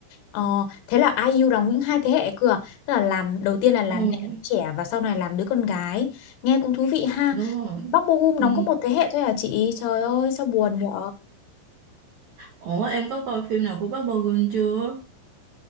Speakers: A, on the left; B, on the right.
A: Ờ, thế là ai IU đóng những hai thế hệ cơ à? Tức là làm đầu tiên là làm
B: ừ
A: mẹ đứa trẻ và sau này làm đứa con gái. Nghe cũng thú vị ha.
B: đúng rồi
A: Bắc Bo
B: ừ.
A: đóng có một thế hệ thôi à chị? Trời ơi sao buồn vậy?
B: ủa em có coi phim nào của Park Bo Gum chưa